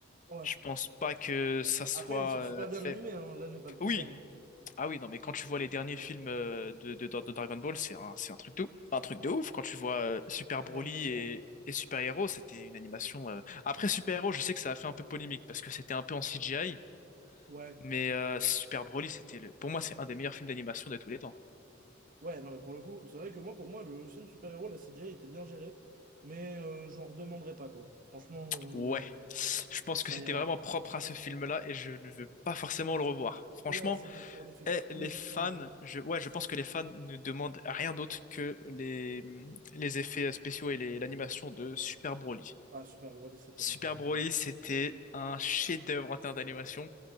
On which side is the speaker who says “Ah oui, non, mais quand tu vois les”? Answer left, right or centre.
Left